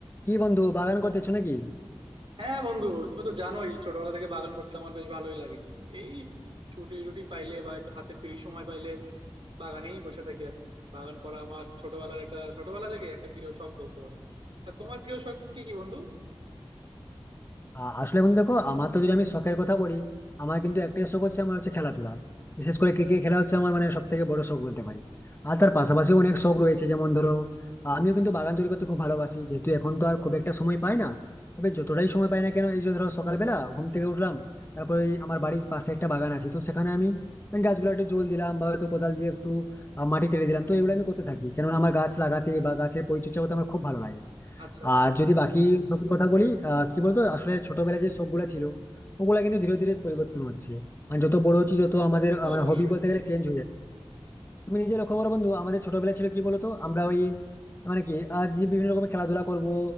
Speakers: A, on the left (about 25°); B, on the right (about 60°).
A: কি বন্ধু বাগান করতেছো নাকি
B: হ্যাঁ বন্ধু তুমি তো জানোই ছোটবেলা থেকে বাগান করতে আমার বেশ ভালোই লাগে এই ছুটি টুটি পাইলে বা একটু হাতে ফ্রি সময় পাইলে বাগানেই বসে থাকি আর কি বাগান করা আমার ছোটবেলার একটা ছোটবেলা থেকে একটা প্রিয় শখ বলতে পারো তা তোমার প্রিয় শখ কি কি বন্ধু
A: আ- আসলে বন্ধু দেখো আমার তো যদি আমি শখের কথা বলি আমার কিন্তু একটাই শখ হচ্ছে আমার হচ্ছে খেলাধুলা বিশেষ করে ক্রিকেট খেলা হচ্ছে আমার মানে সব থেকে বড় শখ বলতে পারি আর তার পাশাপাশি অনেক শখ রয়েছে যেমন ধরো আ, আমিও কিন্তু বাগান তৈরি করতে খুব ভালোবাসি যেহেতু এখন তো আর খুব একটা সময় পাই না তবে যতটাই সময় পাই না কেন এই যে ধরো সকালবেলা ঘুম থেকে উঠলাম তারপরে ওই আমার বাড়ির পাশে একটা বাগান আছে তো সেখানে আমি ওই গাছগুলো একটু জল দিলাম বা হয়তো কোদাল দিয়ে একটু আ, মাটি তেড়ে দিলাম তো এগুলো আমি করতে থাকি কেননা আমার গাছ লাগাতে বা গাছের পরিচর্যা করতে আমার খুব ভালো লাগে
B: আচ্ছা আচ্ছা
A: আর যদি বাকি শখের কথা বলি আহ কি বলতো আসলে ছোটবেলায় যে শখ গুলা ছিল ওগুলা কিন্তু ধীরে ধীরে পরিবর্তন হচ্ছে মানে যত বড় হচ্ছে যত আমাদের
B: সে তো
A: আহ, মানে
B: অবশ্যই
A: হবি বলতে গেলে চেঞ্জ হয়ে যাচ্ছে তুমি নিজে লক্ষ্য করো বন্ধু আমাদের ছোটবেলা ছিল কি বলতো আমরা ওই মানে কি আজ যে বিভিন্ন রকমের খেলাধুলা করবো